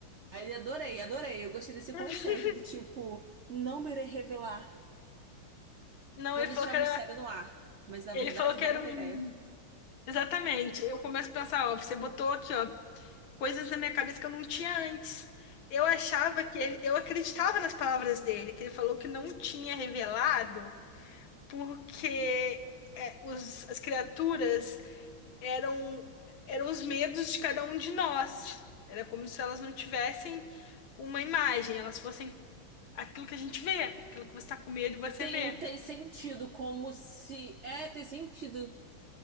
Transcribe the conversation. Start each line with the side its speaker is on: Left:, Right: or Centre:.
Right: Aí ele adorei, adorei. Eu gostei desse
Left: <laughs>
Right: conceito do tipo, não me irei revelar.
Left: Não,
Right: Vou
Left: ele
Right: deixar
Left: falou que
Right: o
Left: era.
Right: mistério no ar. Mas na
Left: Ele
Right: verdade,
Left: falou que
Right: não
Left: era
Right: vou
Left: um.
Right: ter ideia.
Left: Exatamente. Eu começo a pensar, ó, você botou aqui, ó, coisas na minha cabeça que eu não tinha antes. Eu achava que ele. Eu acreditava nas palavras dele, que ele falou que não tinha revelado, porque é, os, as criaturas eram, eram os medos de cada um de nós. Era como se elas não tivessem uma imagem, elas fossem aquilo que a gente vê, aquilo que você está com medo e você
Right: Sim,
Left: vê.
Right: tem sentido, como se. É, tem sentido.